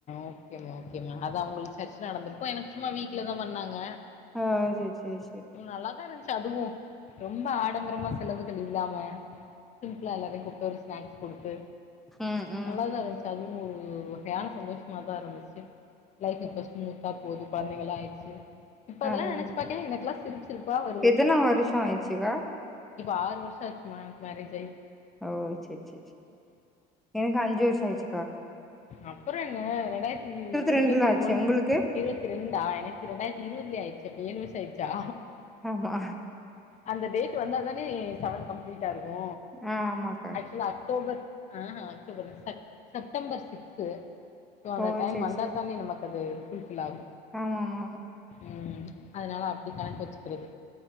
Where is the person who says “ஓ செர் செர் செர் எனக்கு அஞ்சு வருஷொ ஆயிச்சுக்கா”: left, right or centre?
Centre